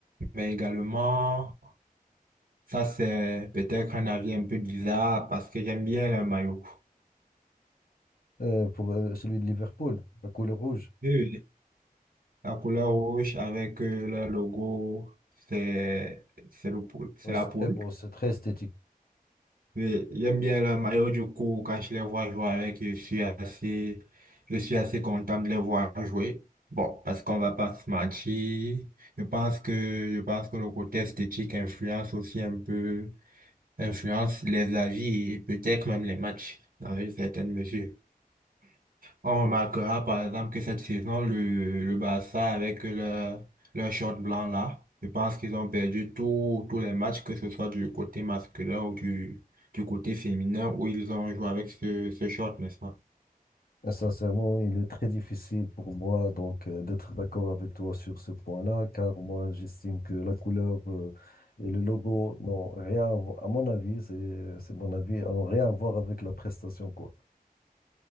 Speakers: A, on the right; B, on the left.
A: Mais également, ça c'est peut-être un avis un peu bizarre parce que j'aime bien le maillot.
B: Euh, pour euh, celui de Liverpool, la couleur rouge.
A: Oui, oui. La couleur rouge avec euh, le logo, c'est c'est le poule, c'est
B: Euh,
A: la
B: C'est
A: poule.
B: très beau, c'est très esthétique.
A: Mais j'aime bien le maillot du coup quand je les vois jouer avec, je suis assez je suis assez content de les voir jouer. Bon, parce qu'on va pas se mentir, je pense que je pense que le côté esthétique influence aussi un peu influence les avis et peut-être même les matchs dans une certaine mesure. On remarquera par exemple que cette saison, le, le Barça avec leur, leur short blanc là, je pense qu'ils ont perdu tous tous les matchs, que ce soit du côté masculin ou du, du côté féminin, où ils ont joué avec ce, ce short, n'est-ce pas?
B: Et Sincèrement, il est très difficile pour moi donc euh, d'être d'accord avec toi sur ce point-là, car moi j'estime que la couleur euh, et le logo n'ont rien à voir, à mon avis, c'est c'est mon avis, n'ont rien à voir avec la prestation quoi.